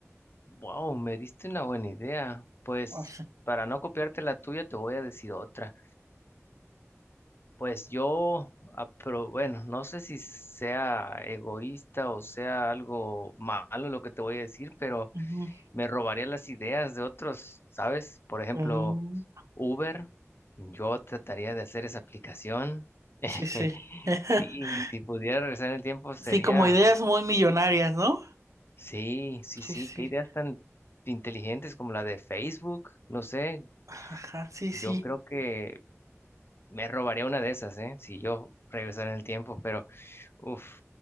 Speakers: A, on the left; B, on the right.
A: wow, me diste una buena idea. Pues,
B: O sea,
A: para no copiarte la tuya, te voy a decir otra. Pues yo, ah, pero bueno, no sé si sea egoísta o sea algo malo lo que te voy a decir, pero
B: ujú,
A: me robaría las ideas de otros, ¿sabes? Por ejemplo,
B: mm,
A: Uber, yo trataría de hacer esa aplicación. <laughs>
B: sí, sí. <laughs>
A: Sí, si pudiera regresar en el tiempo sería
B: Sí, como ideas muy millonarias, ¿no?
A: Sí, sí,
B: Sí,
A: sí,
B: sí.
A: qué ideas tan inteligentes como la de Facebook, no sé,
B: Ajá, sí,
A: yo
B: sí.
A: creo que me robaría una de esas, ¿eh? Si yo regresara en el tiempo, pero uff,